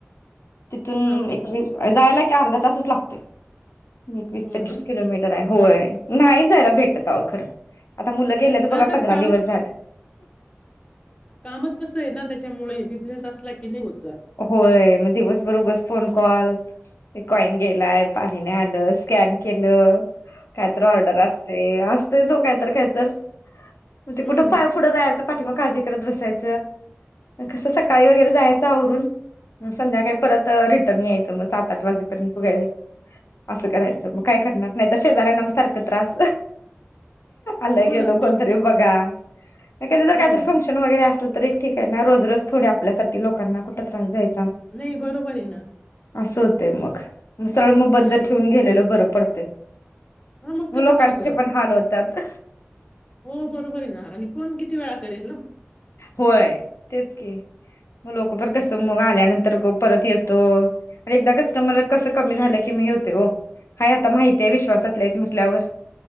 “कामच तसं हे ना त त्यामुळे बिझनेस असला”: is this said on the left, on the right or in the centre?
Left